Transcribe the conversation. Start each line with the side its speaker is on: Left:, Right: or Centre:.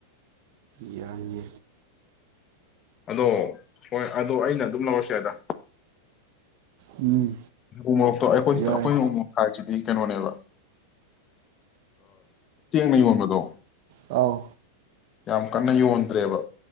Right: ꯌꯥꯌꯥꯅꯦ
Left: ꯑꯗꯣ ꯍꯣꯏ ꯑꯣ ꯑꯩꯅ ꯑꯗꯨꯝ ꯂꯧꯔꯁ ꯑꯗ
Right: ꯎꯝ
Left: ꯎꯃꯣꯛꯇꯣ ꯑꯩꯈꯣꯏ
Right: ꯌꯥꯏ
Left: ꯑꯩꯈꯣꯏꯅ ꯎꯃꯣꯛ ꯊꯥꯁꯤꯗꯤ ꯀꯩꯅꯣꯅꯦꯕ ꯇꯦꯡꯅ ꯌꯣꯟꯕꯗꯣ
Right: ꯑꯥꯎ
Left: ꯌꯥꯝ ꯀꯟꯅ ꯌꯣꯟꯗ꯭ꯔꯦꯕ